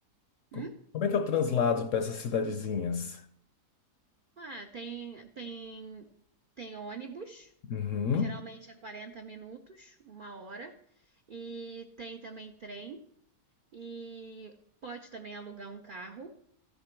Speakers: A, on the left (about 65°); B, on the right (about 70°).
A: Co-
B: Hum?
A: Como é que é o translado para essas cidadezinhas?
B: Ah, tem, tem, tem ônibus,
A: Uhum.
B: geralmente é 40 minutos, uma hora, e tem também trem, e pode também alugar um carro,